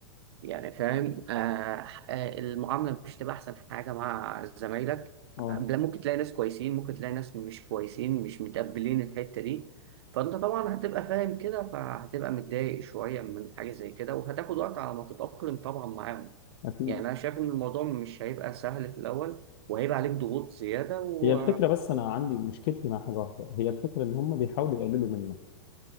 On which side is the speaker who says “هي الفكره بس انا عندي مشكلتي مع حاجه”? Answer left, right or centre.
Left